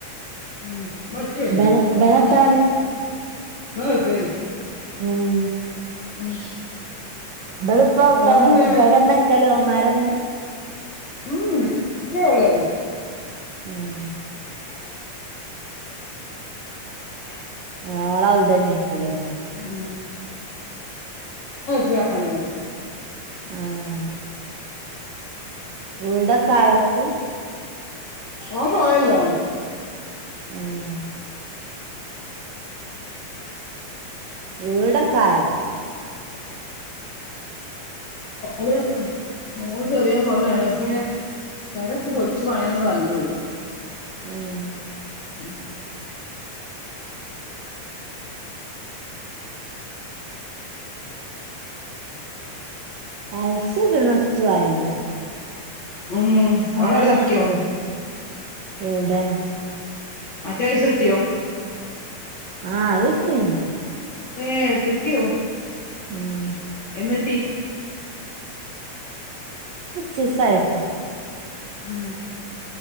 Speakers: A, on the left; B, on the right.
A: ഉം പറ്റേ
B: ബന
A: പൊക്കണ്ടോ
B: ബനത്താണി
A: ഗൾഫേ.
B: ഉം
A: ഉം
B: ഇബളുപ്പം പെരെ
A: ഓൾക്ക് ഇതേ
B: ഇവെടെന്നെ നിക്കല് ഓമ്മാരന്നെ
A: ഉം അത്രേ ആവുലലോ
B: ഉം
A: ഞങ്ങളും <unintelligible>
B: ഓള് അവിടെന്നെ ആയിരിക്കുലെ
A: ഉം ചെയ്യാലോ
B: ആഹ് വീടൊക്കെ ആയോക്ക്
A: ഓൻ പോയല്ലോ
B: ഉം
A: <inaudible>
B: വീടക്കായോ
A: <unintelligible> മോൻ ചെറിയ മോനാണ് പക്ഷെ പെര ഇപ്പോ പൊളിച്ചു പാണിയാന്ന് പറഞ്ഞേയുള്ളു
B: ഉം
A: ഉം
B: അൽസിടണൊത്തു ആയിലെ
A: ഉം
B: <unintelligible>
A: മണലെറക്കിയോ
B: എവിടെ
A: മറ്റേ പൈസ കിട്ടിയോ
B: ആഹ് അത് കിട്ടി
A: ഏഹ് കിട്ടിയോ
B: മ്
A: എന്ന് പറ്റി
B: ചീസആയിട്ട്
A: ഉം